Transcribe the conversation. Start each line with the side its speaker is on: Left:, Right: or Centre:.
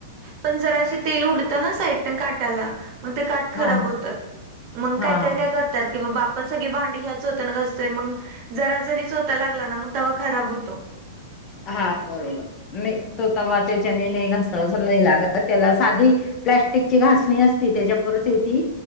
Right: पण जरास तेल उडत ना साईड काठाला. मग ते काठ खराब
Left: हा
Right: होतात मग
Left: हा
Right: काय काय काय करतात की बा आपण सगळी भांडी ह्याच चोथ्यान घासतोय मग जरा जरी चोथा लागला ना मग तवा खराब होतो.
Left: हा बरोबर नाही तो तवा त्याच्याने नाही घासवाच नाही लागत त्याला साधी प्लॅस्टिकची घासणी असती त्याच्यापरच येती